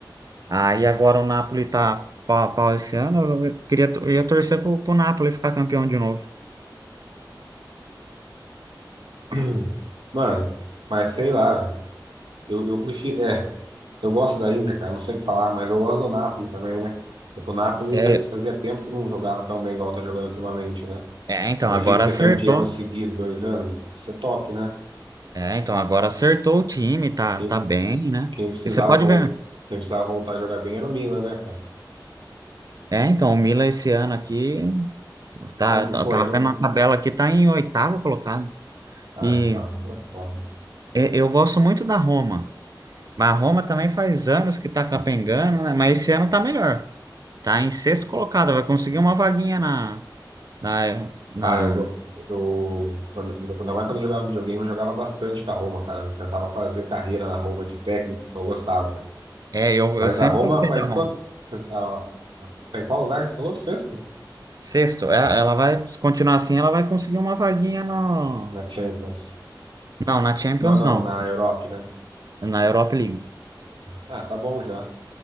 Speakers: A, on the right; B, on the right.
A: Aí agora o Napoli tá pau a pau esse ano, eu queria, eu ia torcer pro, pro Napoli ficar campeão de novo.
B: <clears throat> Mano, mas sei lá, eu, eu prefiro. É, eu gosto da Inter, cara, não sei o que falar, mas eu gosto do Napoli também, né? É que o Napoli
A: É,
B: faz, fazia tempo que não jogava tão bem igual tá jogando ultimamente, né?
A: é, então
B: Imagina
A: agora
B: ser
A: acertou.
B: campeão seguido dois anos, isso é top, né?
A: É, então agora acertou o time, tá,
B: Quem,
A: tá bem, né?
B: quem precisava,
A: E você pode
B: vol-
A: ver. né?
B: quem precisava voltar a jogar bem era o Milan, né, cara?
A: É, então o Milan esse ano aqui, tá,
B: Como que
A: tá,
B: foi?
A: tá
B: Eu não.
A: vendo a
B: não-
A: tabela aqui, tá em oitavo colocado.
B: Ah,
A: E
B: então, não é foda.
A: e- eu gosto muito da Roma. Mas a Roma também faz anos que tá capengando, né? Mas esse ano tá melhor. Tá em sexto colocado, vai conseguir uma vaguinha na, na, na...
B: Cara, eu, go- eu quando, ainda mais quando eu jogava videogame, eu jogava bastante com a Roma, cara. Eu tentava fazer carreira na Roma de técnico, eu gostava, né?
A: É, eu,
B: Mas
A: eu sempre
B: a Roma,
A: gostei
B: mas
A: da Roma.
B: quando, vocês- a- a- tá em qual lugar? Você falou sexto?
A: Sexto, é, ela vai, se continuar assim, ela vai conseguir uma vaguinha no...
B: Na Champions.
A: Não, na Champions
B: Não, não,
A: não,
B: na Europa, né?
A: na Europa League.
B: Ah, tá bom já.